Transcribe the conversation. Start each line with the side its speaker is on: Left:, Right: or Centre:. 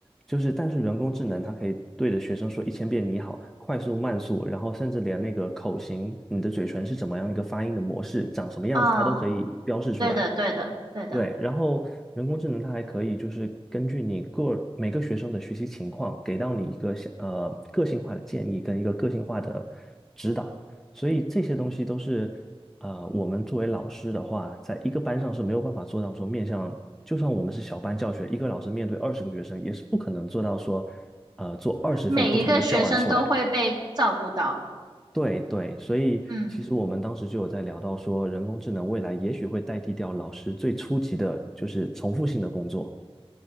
Centre: 就是，但是人工智能它可以对着学生说一千遍你好，快速、慢速，然后甚至连那个口型，你的嘴唇是怎么样一个发音的模式，长什么样子，
Right: 啊，
Centre: 它都可以标示出来。
Right: 对的，对的，对的，
Centre: 对，然后人工智能它还可以就是根据你个每个学生的学习情况，给到你一个像呃个性化的建议跟一个个性化的指导，所以这些东西都是呃我们作为老师的话，在一个班上是没有办法做到说面向，就算我们是小班教学，一个老师面对二十个学生，也是不可能做到说呃做二十份不同的教案出来。
Right: 每一个学生都会被照顾到。
Centre: 对对，所以其实我们当时就有在聊到说，
Right: 嗯。
Centre: 人工智能未来也许会代替掉老师最初级的，就是重复性的工作。